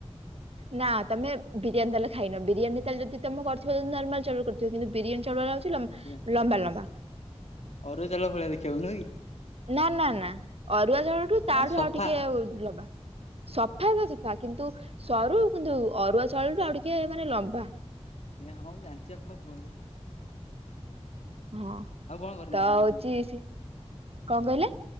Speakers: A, on the right; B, on the left.
A: ନା ତମେ ବିରିୟାନୀ ତାହେଲେ ଖାଇନ। ‌ ବିରିୟାନୀ ତାହେଲେ ଯଦି ତେମ କରିଥି ହୁଏ ନର୍ମାଲ ଚାଉଳରୁ କରିଥିବୁ କିନ୍ତୁ ବିରିୟାନୀ ଚାଉଳ ଟା ହଉଚି ଲମ୍ବା
B: ଆଜ୍ଞା
A: ଲମ୍ବା।
B: ଅରୁଆ ଚାଉଳ ଭଳିଆ ଦେଖିବାକୁୁ ନୁହଁକି?
A: ନା ନା ନା ଅରୁଆ ଚାଉଳ ଠୁ
B: ଆପଣ
A: ତାଠୁ
B: ମାନେ ସଫା
A: ଆଉ ଟିକେ ଆଉ ଲମ୍ବା। ସଫା ତ ସଫା କିନ୍ତୁ ସରୁ କିନ୍ତୁ ଅରୁଆ ଚଉଳ ଠୁ ଆଉ ଟିକେ ଲମ୍ବା।
B: ଏହା ହଁ ମୁଁ ଜାଣିଚି ଆପଣ କୁହନ୍ତୁ?
A: ହଁ
B: ଆଉ କଣ କରି ଜାଣିଛନ୍ତି
A: ତ ହଉଚି
B: କୁହନ୍ତୁ
A: ସେ କଣ କହିଲେ?